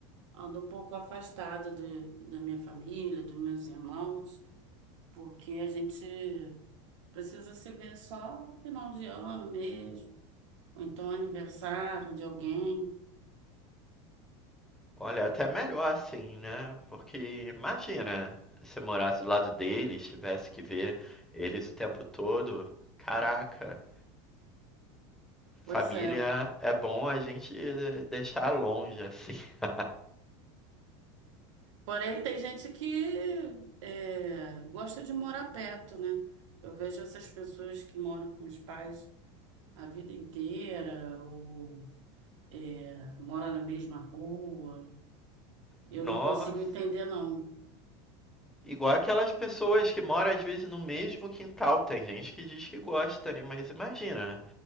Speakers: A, on the right; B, in the centre.
A: ando um pouco afastada de, da minha família, dos meus irmãos, porque a gente precisa se ver só no final de ano mesmo ou então aniversário de alguém.
B: Olha, é até melhor assim, né? Porque imagina se eu morasse do lado deles, tivesse que ver eles o tempo todo. Caraca, família
A: Pois é.
B: é bom a gente eh, deixar longe, assim. <laughs>
A: Porém, tem gente que é, gosta de morar perto, né? Eu vejo essas pessoas que moram com os pais a vida inteira ou é, moram na mesma rua. Eu
B: Nossa.
A: não consigo entender, não.
B: Igual aquelas pessoas que moram às vezes no mesmo quintal. Tem gente que diz que gosta, né? Mas imagina,